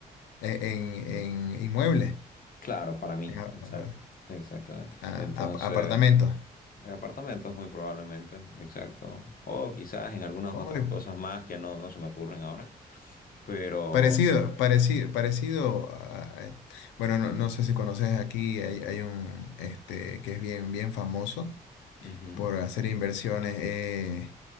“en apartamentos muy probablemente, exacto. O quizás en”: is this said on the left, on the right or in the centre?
Left